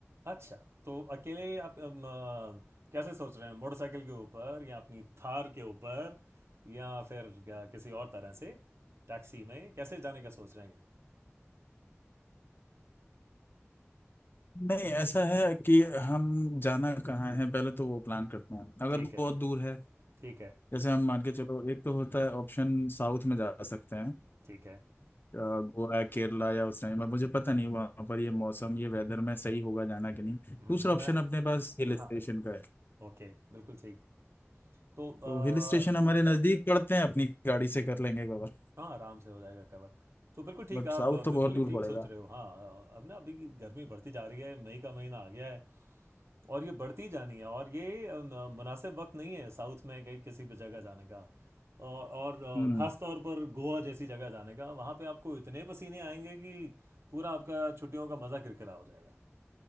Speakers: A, on the right; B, on the left.
A: अच्छा तो अकेले आप अम, आ, कैसे सोच रहे हैं मोटरसाइकिल के ऊपर या अपनी थार के ऊपर या फिर क्या, किसी और तरह से टैक्सी में कैसे जाने का सोच रहे हैं
B: नहीं ऐसा है कि हम जाना कहाँ है पहले तो वो प्लान करते हैं अगर
A: ठीक
B: बहुत
A: है
B: दूर है
A: ठीक है
B: जैसे हम मान के चलो एक तो होता है ऑप्शन साउथ में जा सकते हैं
A: ठीक है
B: अ, गोवा केरला या उस टाइम पर मुझे पता नहीं वहाँ पर ये मौसम ये वेदर में सही होगा जाना कि नहीं
A: हम्म,
B: दूसरा ऑप्शन
A: मैं
B: अपने पास हिल
A: हाँ
B: स्टेशन का है
A: ओके बिल्कुल ठीक तो अ,
B: तो हिल स्टेशन हमारे नज़दीक पड़ते हैं अपनी गाड़ी से कर लेंगे कवर
A: हाँ आराम से हो जाएगा कवर तो बिल्कुल ठीक
B: बट
A: आप
B: साउथ
A: अ, बिल्कुल
B: तो बहुत दूर
A: ही ठीक
B: पड़ेगा
A: सोच रहे हो हाँ अब ना अभी गर्मी बढ़ती जा रही है मई का महीना आ गया है और ये बढ़ती जानी है और ये अ, न- मुनासिब वक्त नहीं है साउथ में कहीं किसी भी जगह जाने का और और, अ,
B: हम्म
A: खास तौर पर गोवा जैसी जगह जाने का वहाँ पे आपको इतने पसीने आएंगे कि पूरा आपका छुट्टियों का मज़ा किरकिरा हो जाएगा